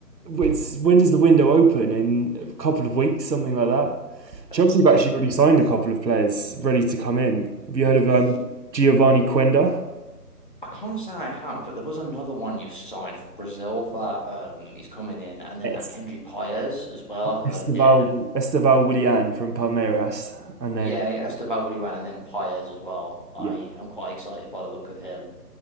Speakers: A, on the right; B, on the left.
A: it's, when does the window open? In a couple of weeks, something like that.
B: They
A: Chelsea
B: keep
A: have
B: they
A: actually
B: keep
A: already signed a couple of players ready to come in. Have you heard of um,
B: I
A: Giovanni Quenda?
B: I can't say I have, but there was another one you signed for Brazil that um he's coming in and then
A: Yes.
B: that Kendrick Paez as well. I've heard
A: Esteval,
B: of him.
A: Esteval Willian from Palmeiras. And
B: Yeah,
A: then,
B: yeah, Estevão Willian and then Paez as well. I
A: yeah,
B: I'm quite excited by the look of him.